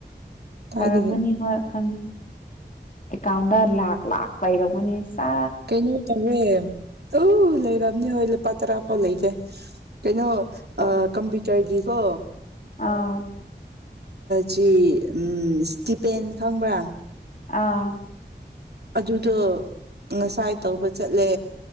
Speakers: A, on the right; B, on the left.
A: ꯀꯥꯏꯗꯒꯤ
B: ꯊꯥꯔꯝꯃꯅꯤ ꯍꯣꯏ ꯈꯪꯉꯤ ꯑꯦꯀꯥꯎꯟꯗ ꯂꯥꯛꯈ ꯂꯥꯛꯈ ꯄꯥꯏꯔꯝꯅꯦ ꯁꯥ
A: ꯀꯩꯅꯣ ꯇꯧꯔꯦ ꯎ ꯂꯩꯝꯅꯤ ꯍꯣꯏ ꯂꯨꯄꯥ ꯇꯔꯥ ꯐꯥꯎ ꯂꯩꯇꯦ ꯀꯩꯅꯣ
B: ꯍꯣꯏ
A: ꯑꯥ ꯀꯝꯄꯔꯨꯇꯔꯒꯤ ꯀꯣ
B: ꯑꯥ
A: ꯁꯤ ꯎ ꯏꯁꯇꯤꯄꯦꯟ ꯈꯪꯕ꯭ꯔꯥ
B: ꯑꯥ
A: ꯑꯗꯨꯗꯣ ꯉꯁꯥꯏ ꯇꯧꯕ ꯆꯠꯂꯦ